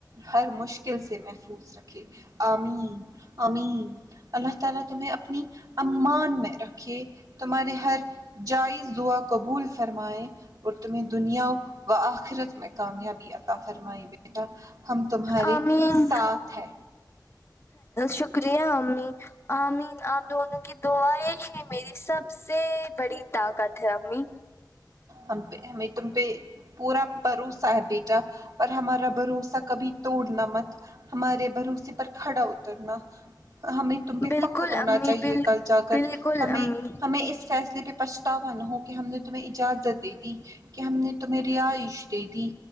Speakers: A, on the right (about 65°); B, on the left (about 35°).
A: ہر مشکل سے محفوظ رکھے آمین امین اللہ تعالی تمہیں اپنی امان میں رکھے تمہارے ہر جائز دعا قبول فرمائےیں اور تمہیں دنیاؤ و آخرت میں کامیابی آت فرمائی بیٹا ہم تمہارے
B: آمین
A: ساتھ ہے
B: شکریہ امی آ مین آپ دونوں کی دعیں ہیں میری سب سے بڑی طاقت ہے امی
A: ہم پہ ہمیں تم پہ پورا بھروسہ ہے بیٹا پر ہمارا بھروسہ کبھی توڑنا مت ہمارے بھروسے پر کھڑا اترنا ہمیں تم پہ
B: بالکل
A: فخر ہونا
B: امی
A: چاہیے
B: بال
A: کل جا کر
B: بالکل
A: ہمیں
B: امی
A: ہمیں اس فیصلے پہ پچ تاوا نہ ہو کہ ہم نے تمہیں اجازت دے دی کہ ہم نے تمہیں رہائش دے دی